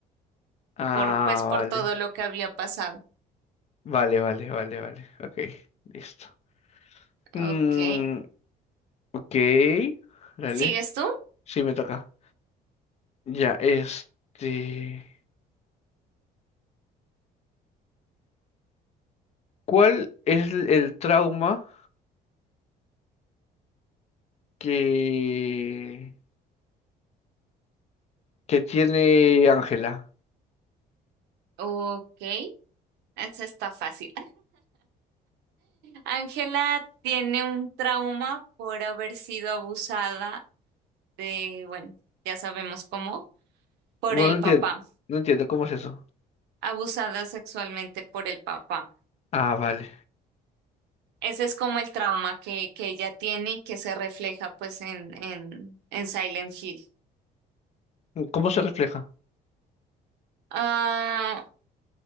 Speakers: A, on the left; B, on the right.
A: Ah,
B: por pues por
A: vale.
B: todo lo que había pasado.
A: Vale, vale, vale, vale. Ok, listo. Mm,
B: Ok.
A: ok, dale.
B: ¿Sigues tú?
A: Sí, me toca. Ya, este... ¿Cuál es el el trauma que... que tiene Ángela.
B: Ok. Esa está fácil. Ángela tiene un trauma por haber sido abusada de, bueno, ya sabemos cómo, por
A: No,
B: el
A: no entiendo,
B: papá,
A: no entiendo cómo es eso.
B: abusada sexualmente por el papá.
A: Ah, vale.
B: Ese es como el trauma que, que ella tiene y que se refleja pues en, en, en Silent Hill.
A: ¿Cómo se refleja?
B: Ah,